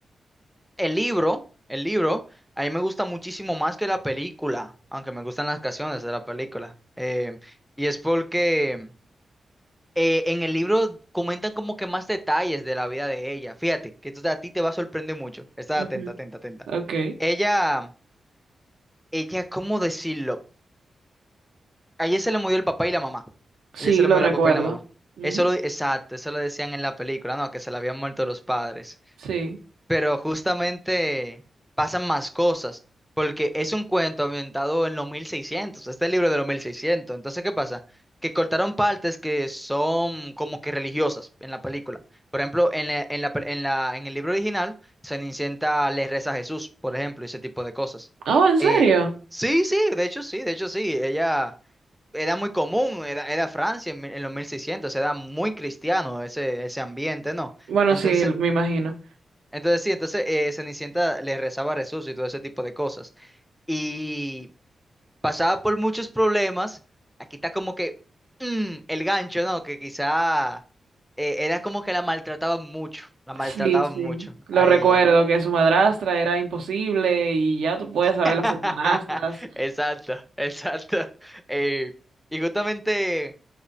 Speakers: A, in the centre; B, on the right.
A: el libro, el libro, a mí me gusta muchísimo más que la película, aunque me gustan las canciones de la película. Eh, y es porque eh, en el libro comentan como que más detalles de la vida de ella. Fíjate, que esto a ti te va a sorprender mucho. Está
B: Ujú,
A: atenta, atenta, atenta.
B: Ok,
A: Ella, ella, ¿cómo decirlo? A ella se le murió el papá y la mamá. A
B: sí,
A: ella se le
B: lo
A: murió
B: recuerdo.
A: el papá y la mamá.
B: Ujú,
A: Eso lo, exacto, eso lo decían en la película, ¿no? Que se le habían muerto los padres.
B: Sí.
A: pero justamente pasan más cosas, porque es un cuento ambientado en los mil seiscientos este libro de los mil seiscientos Entonces, ¿qué pasa? Que cortaron partes que son como que religiosas en la película. Por ejemplo, en la, en la, pe- en la- en el libro original se inicienta Le reza a Jesús, por ejemplo, ese tipo de cosas.
B: Oh, ¿en serio?
A: Eh, sí, sí, de hecho sí, de hecho sí, ella era muy común, era, era Francia en, mil- en los 1600 era muy cristiano ese, ese ambiente, ¿no?
B: Bueno,
A: entonces
B: sí, me imagino.
A: entonces sí, entonces eh, Cenicienta le rezaba a Jesús y todo ese tipo de cosas. Y pasaba por muchos problemas. Aquí está como que mm, el gancho, ¿no? Que quizá eh, era como que la maltrataban mucho, la maltrataban
B: Sí, sí,
A: mucho
B: lo
A: a
B: recuerdo,
A: ella.
B: que su madrastra era imposible y ya tú puedes saber
A: <laughs>
B: las hermanastras.
A: Exacto, exacto. Eh, y justamente